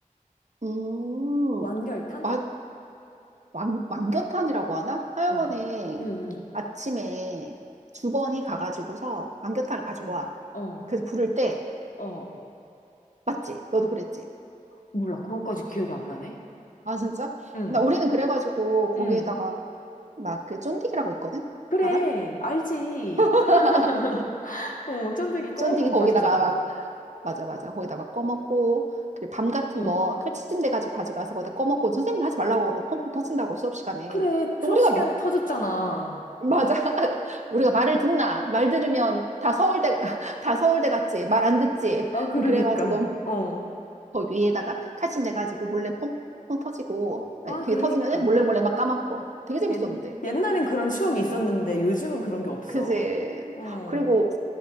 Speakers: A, on the right (about 55°); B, on the left (about 70°).
A: 음,
B: 완결탄?
A: 마, 왕, 왕겨탄이라고 하나? 하여간에
B: 어, 응, 응,
A: 아침에 주번이 가가지고서 왕겨탄을 가지고
B: 어,
A: 와.
B: 어,
A: 그래서 부를 때,
B: 어.
A: 맞지? 너도 그랬지?
B: 몰라, 그것까지 기억이 안 나네.
A: 아, 진짜?
B: 응,
A: 나 우리는 그래가지고
B: 응.
A: 거기에다가 막 그 쫀디기라고 있거든?
B: 그래,
A: 알아?
B: 알지.
A: <laughs>
B: <laughs> 어, 쫀득이 꺼먹으면
A: 쫀디기 거기다가
B: 맛있잖아.
A: 막, 맞아, 맞아. 거기다 막 꺼먹고, 그리고 밤 같은
B: 응.
A: 거 칼치침 돼가지고 가지고 와서 거기다 꺼먹고, 선생님이 하지 말라고 하거든. 펑펑 터진다고 수업 시간에.
B: 그래, 수업
A: 우리가
B: 시간에 터졌잖아.
A: 맞아. <laughs> 우리가 말을 듣나? 말 들으면 다 서울대, <laughs> 다 서울대 같지. 말 안 듣지.
B: 아, 그러니까.
A: 그래가지고,
B: 어.
A: 거 위에다가 카신 돼가지고 몰래 퐁퐁 터지고, 아니,
B: 아,
A: 그게
B: 그러니까.
A: 터지면은 몰래 몰래 막 까먹고. 되게 재밌었는데.
B: 옛, 옛날엔 그런 추억이 있었는데 요즘은 그런 게 없어.
A: 그지?
B: 어,
A: 그리고